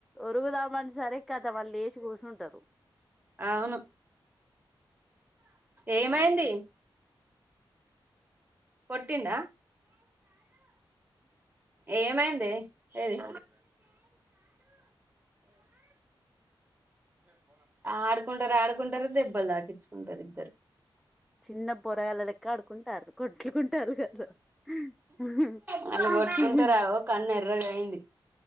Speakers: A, in the centre; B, on the right (about 20°).
A: ఓరుగుదామని సరి కదా వాళ్ళు లేచి కుసుంటారు
B: అవును ఏమైంది
A: అమ్మ
B: కొట్టిండా ఏమైందే ఏ ఏది ఆడుకుంటరు ఆడుకుంటరు దెబ్బలు తాకించుకుంటారు ఇద్దరు
A: చిన్న పొరగల్లా లెక్క ఆడుకుంటారు కొట్లుకుంటారు గట్ల ఉహు
B: వాళ్ళు కొట్టుకుంటారావో
A: ఉహు
B: కన్ను ఎర్రగా అయింది